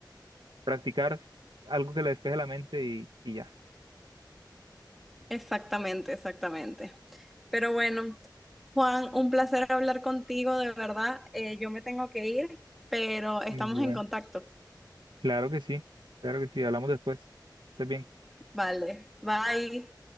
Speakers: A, on the right; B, in the centre.
A: practicar algo que le despeje la mente y, y ya.
B: Exactamente, exactamente. Pero bueno, Juan, un placer hablar contigo, de verdad. Eh, yo me tengo que ir, pero estamos
A: Bueno,
B: en contacto.
A: claro que sí, claro que sí, hablamos después. Estés bien.
B: Vale, bye.